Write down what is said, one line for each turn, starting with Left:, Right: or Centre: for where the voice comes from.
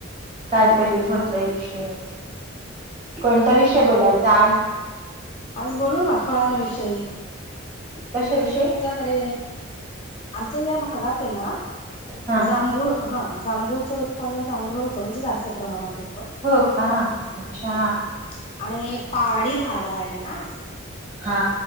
Right: कायतरी होत येईश्वर कोणता विषय बोलायचा आज
Left: आज बोलू ना फळांविषयी
Right: कशाविषयी
Left: आमच्याकडे आमच्या या भागात हाय ना
Right: हा
Left: जांभूळ हा जांभूळच उत्पन्न चांगलं होतं म्हणजे जास्त प्रमाणात होतं
Right: हो का अच्छा
Left: हम्म. आणि पहाडी भाग आहे ना
Right: हा